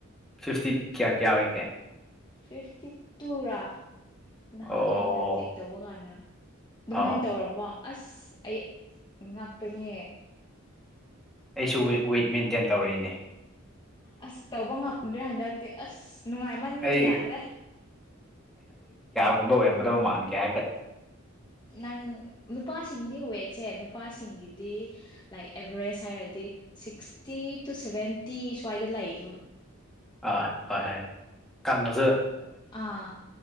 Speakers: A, in the centre; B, on the left.
A: ꯁꯐꯇꯤ ꯀꯌꯥ ꯀꯌꯥ ꯑꯣꯏꯀꯦ
B: ꯐꯤꯐꯇꯤ ꯇꯨꯔꯥ ꯅꯍꯥꯟ
A: ꯑꯣ
B: ꯑꯩꯅ ꯆꯦꯛ ꯇꯧꯕ ꯀꯥꯟꯗ ꯑꯗꯨꯃꯥꯏꯅ
A: ꯑꯣ
B: ꯇꯧꯔꯝꯕꯣ ꯑꯁ ꯑꯩ ꯉꯛꯄꯅꯦ
A: ꯑꯩꯁꯨ ꯋꯤꯠ ꯃꯦꯟꯇꯦꯟ ꯇꯧꯔꯛꯏꯅꯦ
B: ꯑꯁ ꯇꯧꯕꯉ ꯈꯪꯗ꯭ꯔꯦ ꯍꯟꯗꯛꯇꯤ ꯑꯁ ꯅꯨꯡꯉꯥꯏꯃꯟꯕꯒꯤ
A: ꯑꯩ
B: ꯌꯥꯗ꯭ꯔꯦ
A: ꯄꯨꯝꯕ ꯑꯣꯏꯔꯝꯒꯗꯕ ꯃꯥꯟꯒꯦ ꯍꯥꯏꯐꯦꯠ
B: ꯅꯪ ꯅꯨꯄꯥꯁꯤꯡꯗꯤ ꯋꯦꯠꯁꯦ ꯅꯨꯄꯥꯁꯤꯡꯒꯤꯗꯤ ꯂꯥꯏꯛ ꯑꯦꯚꯔꯦꯁ ꯍꯥꯏꯔꯗꯤ ꯁꯤꯛꯁꯇꯤ ꯇꯨ ꯁꯚꯦꯟꯇꯤ ꯁ꯭ꯋꯥꯏꯗ ꯂꯩꯌꯦꯕ
A: ꯑꯥ ꯍꯣꯏ ꯍꯣꯏ ꯀꯥꯡꯅꯁꯨ
B: ꯑꯥ